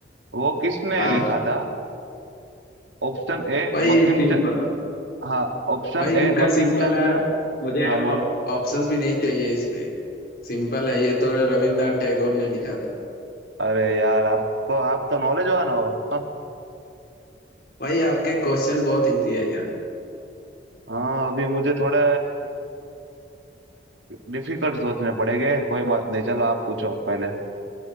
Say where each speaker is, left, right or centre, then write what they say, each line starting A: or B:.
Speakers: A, on the right; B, on the left.
A: वो किसने
B: हाँ
A: लिखा था ऑप्शन ए
B: भाई
A: बंकिम
B: सिंपल
A: च- हाँ ऑप्शन
B: भाई
A: ए
B: इसका
A: बंकिम
B: सिंपल
A: चंद्र
B: है मुझे
A: हाँ बोलिए
B: ऑप्शंस भी नहीं चाहिए इस पे सिंपल है ये तो रविंद्रनाथ टैगोर ने लिखा था
A: अरे यार आप तो आप तो नॉलेजवान हो हाँ
B: भाई आपके क्वेश्चन बहुत इजी है यार
A: हाँ, अभी मुझे थोड़ा डिफिकल्ट सोचने पड़ेंगे कोई बात नहीं चलो आप पूछो पहले